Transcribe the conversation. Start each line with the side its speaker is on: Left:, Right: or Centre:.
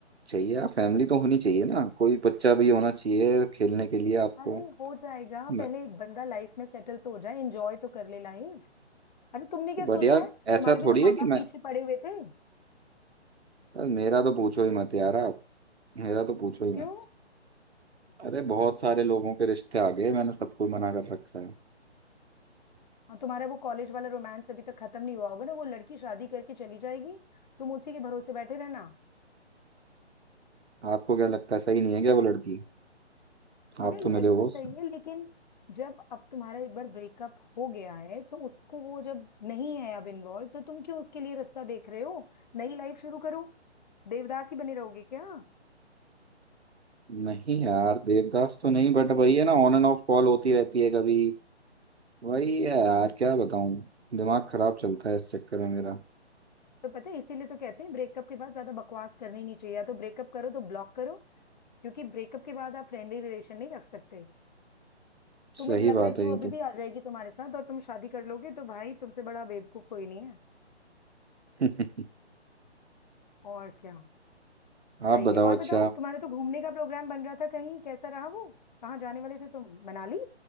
Right: चाहिए यार फैमिली तो होनी चाहिए ना कोई बच्चा भी होना चाहिए खेलने के लिए आपको
Left: अरे हो जाएगा
Right: मैं,
Left: पहले बंदा लाइफ में सेटल तो हो जाए एंजॉय तो कर ले लाइफ अरे तुमने क्या
Right: तो
Left: सोचा
Right: बट यार
Left: है तुम्हारे
Right: ऐसा
Left: भी
Right: थोड़ी
Left: तो माँ
Right: है
Left: बाप
Right: कि मैं
Left: पीछे पड़े हुए थे
Right: यार मेरा तो पूछो ही मत यार आप मेरा तो पूछो ही
Left: क्यों
Right: मत अरे बहुत सारे लोगों के रिश्ते आ गए मैंने सबको मना कर रखा है
Left: और तुम्हारा वो कॉलेज वाला रोमांस अभी तक खत्म नहीं हुआ होगा ना वो लड़की शादी करके चली जाएगी तुम उसी के भरोसे बैठे रहना
Right: <laughs> आपको क्या लगता है सही नहीं है क्या वो लड़की
Left: अबे
Right: आप तो मिले
Left: लड़की
Right: हो उससे
Left: सही है लेकिन जब अब तुम्हारा एक बार ब्रेकअप हो गया है तो उसको वो जब नहीं है अब इन्वॉल्व तो तुम क्यों उसके लिए रास्ता देख रहे हो नई लाइफ शुरू करो देवदास ही बने रहोगे क्या
Right: नहीं यार देवदास तो नहीं बट वही है ना ऑन एंड ऑफ कॉल होती रहती है कभी वही है यार क्या बताऊं दिमाग खराब चलता है इस चक्कर में मेरा
Left: तो पता है इसीलिए तो कहते हैं ब्रेकअप के बाद ज्यादा बकवास करनी नहीं चाहिए या तो ब्रेकअप करो तो ब्लॉक करो क्योंकि ब्रेकअप के बाद आप फ्रेंडली रिलेशन नहीं रख सकते तुम्हें
Right: सही
Left: लग
Right: बात
Left: रहा है कि
Right: है
Left: वो
Right: ये
Left: अभी
Right: तो
Left: भी आ जाएगी तुम्हारे साथ और तुम शादी कर लोगे तो भाई तुमसे बड़ा बेवकूफ कोई नहीं है
Right: <laughs>
Left: और क्या
Right: आप
Left: सही
Right: बताओ
Left: है और
Right: अच्छा
Left: बताओ तुम्हारा तो घूमने का प्रोग्राम बन रहा था कहीं कैसा रहा वो कहाँ जाने वाले थे तुम मनाली